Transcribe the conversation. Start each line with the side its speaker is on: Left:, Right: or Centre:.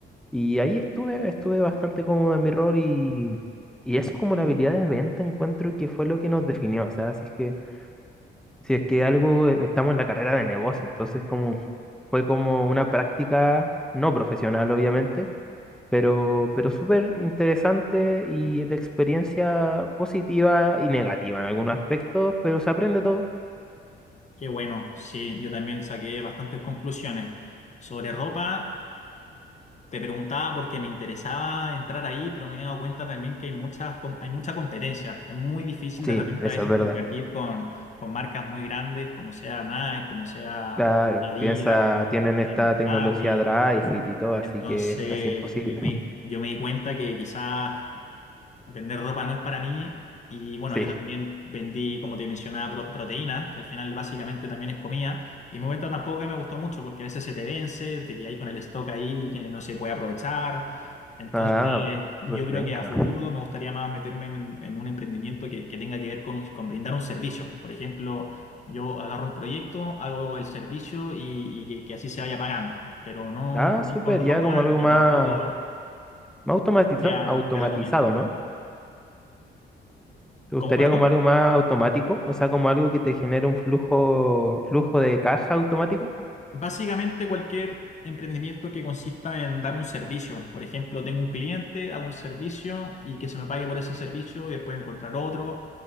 Centre: y ahí estuve, estuve bastante cómodo en mi rol y, y eso como la habilidad de venta encuentro que fue lo que nos definió. O sea, si es que, si es que algo eh, estamos en la carrera de negocio, entonces como fue como una práctica no profesional, obviamente, pero, pero súper interesante y de experiencia positiva y negativa en algunos aspectos, pero se aprende todo.
Left: que bueno, sí, yo también saqué bastantes conclusiones. Sobre ropa, te preguntaba porque me interesaba entrar ahí, pero me he dado cuenta también que hay muchas, com- hay mucha competencia. Es muy difícil
Centre: Sí,
Left: de repente
Centre: eso
Left: a veces
Centre: es verdad.
Left: competir con, con marcas muy grandes, como sea Nike, como sea
Centre: Claro,
Left: Adidas,
Centre: piensa, tienen
Left: eh,
Centre: esta tecnología
Left: Maui.
Centre: Drive It y todo, así
Left: Entonces,
Centre: que es casi imposible.
Left: yo me, yo me di cuenta que quizás Vender ropa no es para mí. Y bueno,
Centre: Sí.
Left: yo también vendí, como te mencionaba, pro- proteínas, que al final básicamente también es comida. Y me cuenta tampoco que me gustó mucho, porque a veces se te vence, te quedas ahí con el stock ahí que no se puede aprovechar. Entonces,
Centre: Ah,
Left: yo
Centre: súper
Left: creo
Centre: penca.
Left: que a futuro me gustaría más meterme en, en un emprendimiento que, que tenga que ver con, con brindar un servicio. Por ejemplo, yo agarro un proyecto, hago el servicio y, y que, que así se vaya pagando, pero no
Centre: Ah,
Left: ni
Centre: súper,
Left: con ropa
Centre: ya como algo
Left: ni
Centre: más,
Left: tampoco
Centre: más automatiza-
Left: de la
Centre: automatizado,
Left: de la comida.
Centre: ¿no? ¿Te
Left: ¿Cómo,
Centre: gustaría
Left: perdón?
Centre: como algo más automático? O sea, como algo que te genere un flujo, flujo de caja automático.
Left: Básicamente cualquier emprendimiento que consista en dar un servicio. Por ejemplo, tengo un cliente, hago un servicio y que se me pague por ese servicio y después encontrar otro.